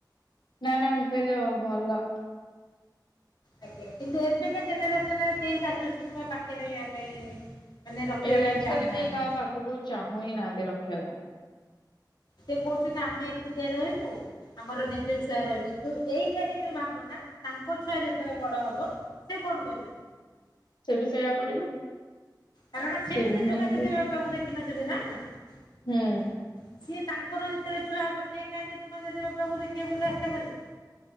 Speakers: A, on the left; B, on the left.
A: ନା ନା ମୁଁ କହିଲି ଭଲ।
B: ଆଜ୍ଞା କିନ୍ତୁ ଏବେକା ଜେନେରେସନରେ କେହି ଶାଶୁ ଶଶୁରଙ୍କ ପାଖରେ ରହିବା ପାଇଁ ମାନେ ରଖିବା
A: ଏଇ ଆଜିକାଲି
B: ପାଇଁ ଚାହୁଁନାହାନ୍ତି
A: କେହି କାହା ପାଖକୁ ଚାହୁଁ ହିଁ ନାହାନ୍ତି ରଖିବାକୁ।
B: ସେ କହୁଛନ୍ତି ଆମେ ଏକୁଟିଆ ରହିବୁ ଆମର ନିଜ ଛୁଆ ରହିବେ ଯୋଉ ଏଇଟା ହିଁ ଯୋଉ ଭାବନା ତାଙ୍କ ଛୁଆ ଯେତେବେଳେ ବଡ ହବ ସେ କଣ କରିବେ
A: ସେ ବି ସେଇଆ କରିବ।
B: କାରଣ ସିଏ
A: ସେ
B: ତ ଜେଜେମା
A: ମାନେ
B: ଜେଜେ
A: ବି
B: ବାପାକୁ ଦେଖିିନଥିବେ ନା। ସିଏ
A: ହୁଁ
B: ତାଙ୍କର ଯେତେବେଳେ ଛୁଆ ହବ ସିଏ କାଇଁ ଜେଜେମା ଜେଜେ ବାପାଙ୍କୁ ଦେଖିବେ ବୋଲି ଆଶା କରିବେ।